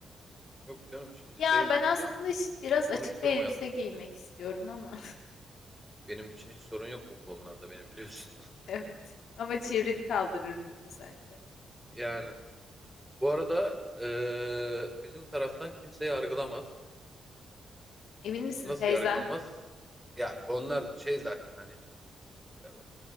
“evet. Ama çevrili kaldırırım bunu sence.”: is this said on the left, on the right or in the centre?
Left